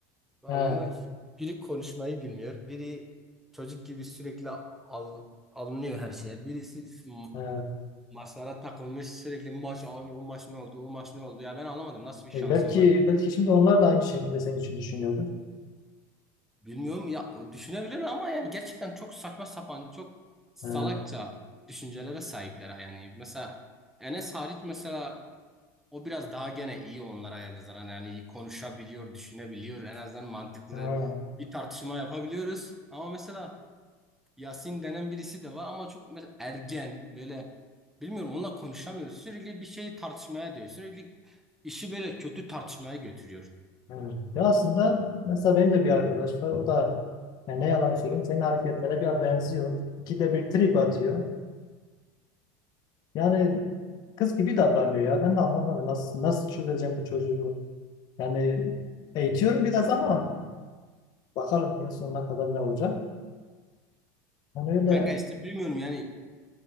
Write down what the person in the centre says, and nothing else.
Anlamadım
ki biri konuşmayı bilmiyor. Biri çocuk gibi sürekli al, alınıyor her şeye. Birisi ma-
maçlara takılmış sürekli maç abi o maç ne oldu o maç ne oldu. Ya ben anlamadım nasıl bir
şansım
var.
Bilmiyorum ya o düşünebilir ama yani gerçekten çok saçma sapan çok salakça
düşüncelere sahipler yani. Mesela Enes hariç mesela O biraz daha gene iyi onlara nazaran yani konuşabiliyor, düşünebiliyor. En azından mantıklı
bir tartışma yapabiliyoruz. Ama mesela Yasin denen birisi de var ama çok mesela ergen böyle bilmiyorum onunla konuşamıyoruz. Sürekli bir şeyi tartışmaya diyor. Sürekli işi böyle kötü tartışmaya götürüyor.
Ben gayet gerçekten bilmiyorum yani